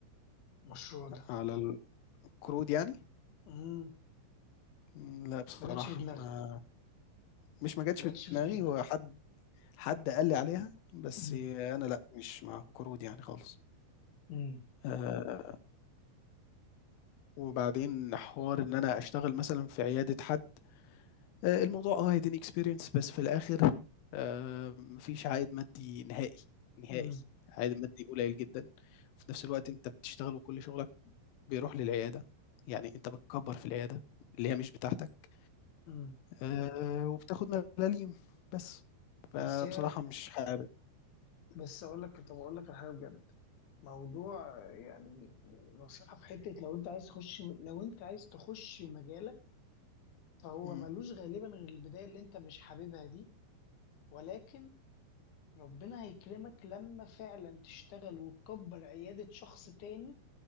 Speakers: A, on the left (about 65°); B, on the left (about 85°).
A: المشروع ده
B: على ال قرود يعني؟
A: مم.
B: إمم، لأ بصراحة
A: ما جاتش في دماغك
B: ما مش ما جاتش
A: ما
B: في
A: جاتش في
B: دماغي،
A: دماغك
B: هو حد حد قال لي عليها، بس
A: مم.
B: أنا لأ، مش مع القرود يعني خالص.
A: مم.
B: آآ، وبعدين حوار إن أنا أشتغل مثلًا في عيادة حد، آآ، الموضوع آه هيديني experience بس في الآخر آآ، ما فيش عائد مادي نهائي، نهائي،
A: مم.
B: عائد مادي قليل جدًا، وفي نفس الوقت أنت بتشتغل وكل شغلك بيروح للعيادة، يعني أنت بتكبّر في العيادة اللي هي مش بتاعتك.
A: مم.
B: آآ وبتاخد ملاليم، بس. فبصراحة
A: بس هي
B: مش حابب.
A: بس اقول لك طب اقول لك على حاجه بجد موضوع يعني نصيحه في حته لو انت عايز تخش لو انت عايز تخش مجالك فهو
B: إمم،
A: ملوش غالبا غير البداية اللي انت مش حاببها دي ولكن ربنا هيكرمك لما فعلا تشتغل وتكبر عيادة شخص تاني